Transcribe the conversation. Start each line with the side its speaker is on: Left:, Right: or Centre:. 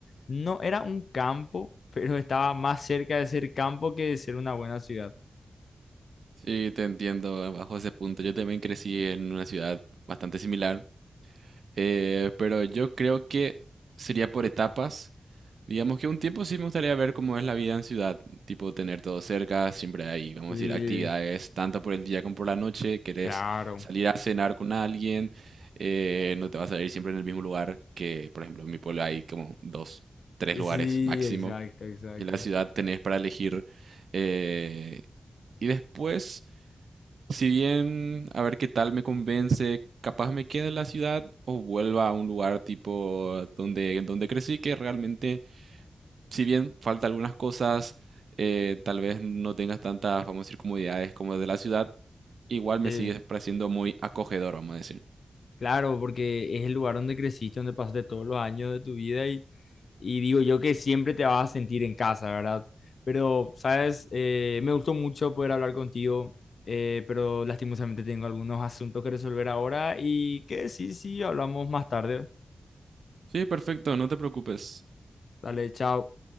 Left: no, era un campo, <laughs> pero estaba más cerca de ser campo que de ser una buena ciudad.
Right: Sí, te entiendo bajo ese punto. Yo también crecí en una ciudad bastante similar. Eh, pero yo creo que sería por etapas. Digamos que un tiempo sí me gustaría ver cómo es la vida en ciudad, tipo tener todo cerca, siempre hay, vamos
Left: Y,
Right: a decir, actividades tanto por el día como por la noche, querés
Left: claro.
Right: salir a cenar con alguien, eh, no te vas a ir siempre en el mismo lugar, que por ejemplo en mi pueblo hay como dos, tres lugares
Left: Sí,
Right: máximo,
Left: exacto, exacto.
Right: y en la ciudad tenés para elegir. eh, y después si bien, a ver qué tal me convence, capaz me quede en la ciudad o vuelva a un lugar tipo donde, donde crecí, que realmente, si bien falta algunas cosas, eh, tal vez no tengas tantas, vamos a decir, comodidades como de la ciudad, igual me
Left: Sí.
Right: sigue pareciendo muy acogedor, vamos a decir.
Left: Claro, porque es el lugar donde creciste, donde pasaste todos los años de tu vida y, y digo yo que siempre te vas a sentir en casa, ¿verdad? Pero, sabes, Eh, me gustó mucho poder hablar contigo, eh, pero lastimosamente tengo algunos asuntos que resolver ahora y que sí, sí, hablamos más tarde.
Right: Sí, perfecto, no te preocupes.
Left: Dale, chao.